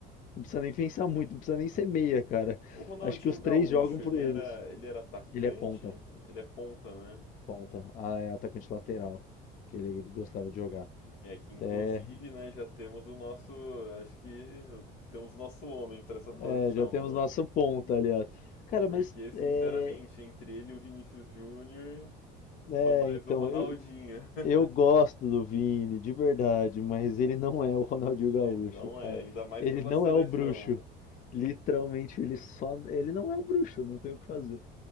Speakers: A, on the left; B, on the left.
A: Não precisa nem pensar muito, não precisa nem ser meia, cara.
B: O Ronaldinho
A: Acho que os
B: Gaúcho,
A: três jogam por
B: ele
A: eles.
B: era, ele era atacante,
A: Ele é ponta,
B: ele é ponta, né?
A: ponta. Ah, é atacante lateral, que ele gostava de jogar.
B: É que
A: Até,
B: inclusive, né, já temos o nosso, acho que temos o nosso homem para essa posição,
A: é, já temos nossa
B: né?
A: ponta, aliás. Cara,
B: Porque,
A: mas
B: sinceramente,
A: é,
B: entre ele e o Vinícius Júnior, eu
A: é,
B: sou mais
A: então,
B: o Ronaldinho.
A: eu,
B: <laughs>
A: eu gosto do Vini, de verdade, mas ele não é o Ronaldinho Gaúcho,
B: Ele não
A: cara.
B: é, ainda mais
A: Ele
B: pela
A: não
B: seleção.
A: é o bruxo. Literalmente, ele só, ele não é o bruxo, não tem o que fazer.